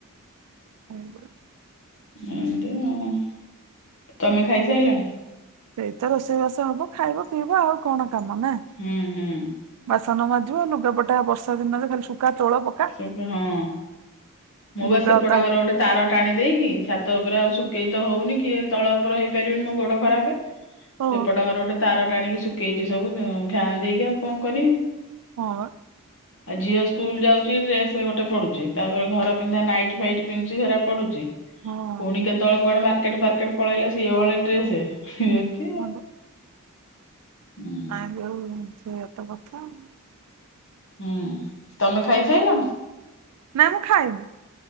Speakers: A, on the right; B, on the left.
A: <inaudible>
B: ଏଁତି ଆଉ, ତମେ ଖାଇସାଇଲଣି?
A: ସେଇତ ରୋଷେଇବାସ ହବ, ଖାଇବ, ପିଇବ ଆଉ କଣ କାମ ନା?
B: ହୁଁ, ହୁଁ।
A: ବାସନ ମାଜିବ, ଲୁଗାପଟା ବର୍ଷା ଦିନରେ ଖାଲି ଶୁକା, ତୋଳ, ପକ୍
B: <unintelligible> ହଁ, ମୁଁ
A: ଲୁଗା
B: ବା ସେପଟ
A: ଓଦା
B: ଘର ଗୋଟେ ତାର ଟାଣି ଦେଇକି, ଛାତ ଉପରେ ଆଉ ଶୁଖେଇ ତ ହଉନି କି ଏ ତଳ ଉପର ହେଇପାରିବନି, ମୋ ଗୋଡ ଖରାପେ। ସେପଟ
A: ଓ
B: ଘରେ ଗୋଟେ ତାର ଟାଣିକି ଶୁଖେଇଚି ସବୁ ଉଁ ଫ୍ୟାନ୍ ଦେଇକି, ଆଉ କଣ କରିବି?
A: ହଁ, ବା।
B: ଆ ଝିଅ ସ୍କୁଲ ଯାଉ ଚି ଡ୍ରେସ୍ ଗୋଟେ ପଡୁଚି। ତା'ପରେ ଘର ପିନ୍ଧା ନାଇଟ୍ ଫାଇଟ୍ ପିନ୍ନୁଚି ଯେ ହେରା ପଡୁଚି।
A: ହଁ
B: ପୁଣି କେତେବେଳେ କୁଆଡେ ମାର୍କେଟ୍ ଫାର୍କେଟ୍ ପଳେଇଲେ, ସିଏ ହଳେ ଡ୍ରେସେ। ଏମତି
A: ମଣ୍ଡ।
B: ଉଁ।
A: ନାଇଁ ଯୋଉ ସେଇଆ ତ କଥା ଆଉଁ।
B: ହୁଁ, ତମେ ଖାଇ ସାଇଲଣି?
A: ନାଇଁ, ମୁଁ ଖାଇନି।